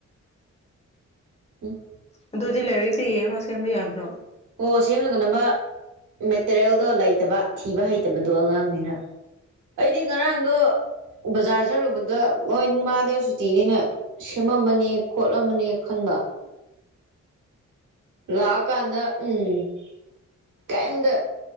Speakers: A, on the right (about 90°); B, on the left (about 20°).
A: ꯎꯝ
B: ꯑꯗꯨꯗꯤ ꯂꯥꯏꯔꯤꯛꯇ ꯌꯦꯡꯉ ꯁꯦꯝꯕ ꯌꯥꯗ꯭ꯔꯣ
A: ꯑꯣ ꯁꯦꯝꯅꯒ ꯅꯕ ꯃꯦꯇꯔꯤꯌꯦꯜꯗꯣ ꯂꯩꯇꯕ ꯊꯤꯕ ꯍꯩꯇꯕꯗꯣ ꯑꯉꯥꯡꯅꯤꯅ ꯑꯩꯗꯤ ꯉꯔꯥꯡꯗꯣ ꯕꯖꯥꯔ ꯆꯠꯂꯨꯕꯗ ꯃꯣꯏ ꯃꯥꯗꯦ ꯁꯨꯇꯤꯅꯤꯅ ꯁꯦꯝꯃꯝꯃꯅꯤ ꯈꯣꯠꯂꯝꯃꯅꯤ ꯈꯟꯕ ꯂꯥꯛꯑꯀꯥꯟꯗ ꯎꯝ ꯀꯩꯏꯝꯇ